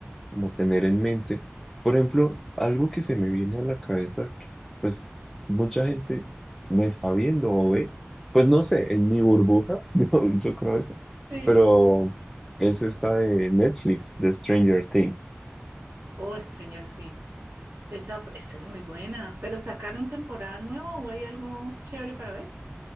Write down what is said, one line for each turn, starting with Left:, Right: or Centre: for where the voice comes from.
Centre: como tener en mente. Por ejemplo, algo que se me viene a la cabeza, que, pues mucha gente me está viendo o ve, pues no sé, en mi burbuja, <laughs> yo, yo creo eso,
Right: Sí.
Centre: pero es esta de Netflix, de Stranger Things.
Right: O Stranger Things. Esa, fu- esa es muy buena. ¿Pero sacaron temporada nueva o hay algo chévere para ver?